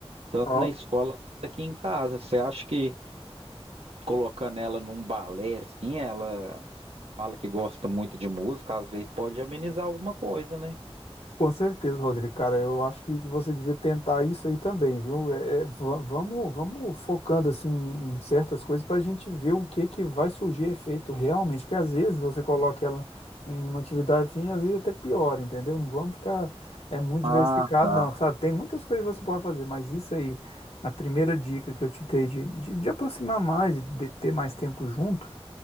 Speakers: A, on the right; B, on the left.
A: Tanto
B: Ó,
A: na escola quanto aqui em casa. Você acha que colocando ela num balé, assim, ela fala que gosta muito de música, às vezes pode amenizar alguma coisa, né?
B: com certeza, Rodrigo. Cara, eu acho que você devia tentar isso aí também, viu? É, é, va- vamos, vamos focando assim em certas coisas para a gente ver o que que vai surgir efeito realmente. Porque às vezes você coloca ela em uma atividade assim, às vezes até pior, entendeu? Não vamos ficar é muito
A: Ah,
B: diversificado,
A: tá.
B: não, sabe? Tem muitas coisas que você pode fazer, mas isso aí, a primeira dica que eu te dei de, de, de aproximar mais, de de ter mais tempo junto.